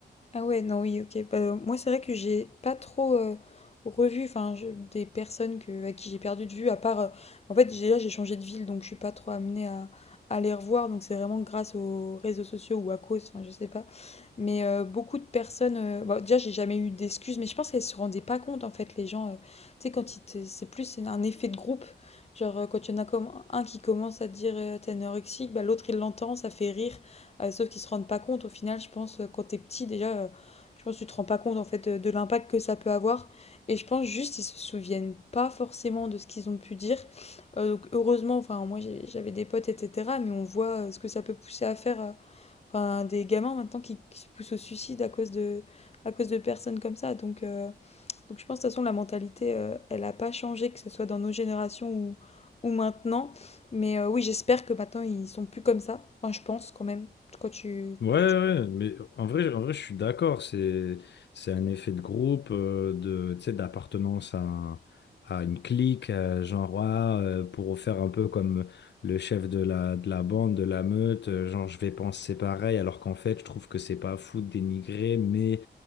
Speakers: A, on the left; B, on the left.
A: Ah ouais, non, oui, ok. Bah, euh, moi, c'est vrai que j'ai pas trop euh, revu enfin, je- des personnes que, à qui j'ai perdu de vue, à part... euh, en fait, déjà, j'ai changé de ville, donc je suis pas trop amenée à, à les revoir. Donc, c'est vraiment grâce aux réseaux sociaux ou à cause, enfin, je sais pas. Mais euh, beaucoup de personnes... euh, bah, déjà, j'ai jamais eu d'excuses, mais je pense qu'elles se rendaient pas compte, en fait, les gens. euh, tu sais, quand ils te- c'est plus un effet de groupe. Genre, euh, quand il y en a comme un qui commence à dire euh, t'es anorexique, bah, l'autre, il l'entend, ça fait rire. Euh, sauf qu'ils se rendent pas compte au final, je pense, euh, quand t'es petit déjà, euh, je pense que tu te rends pas compte en fait de, de l'impact que ça peut avoir. Et je pense juste ils se souviennent pas forcément de ce qu'ils ont pu dire. Euh, donc heureusement, enfin moi j'ai- j'avais des potes, etc. Mais on voit euh, ce que ça peut pousser à faire, euh, enfin des gamins maintenant qui, qui se poussent au suicide à cause de, à cause de personnes comme ça. Donc euh, donc je pense de toute façon la mentalité, euh, elle n'a pas changé, que ce soit dans nos générations ou, ou maintenant. Mais euh, oui, j'espère que maintenant ils sont plus comme ça. Enfin, je pense quand même. Quand tu...
B: Ouais,
A: quand-
B: ouais, mais en vrai, en vrai, je suis d'accord. C'est, c'est un effet de groupe, euh, de, tu sais, d'appartenance à, un- à une clique, euh, genre, ouais, euh, pour faire un peu comme le chef de la, de la bande, de la meute, euh, genre, je vais penser pareil, alors qu'en fait, je trouve que c'est pas fou de dénigrer, mais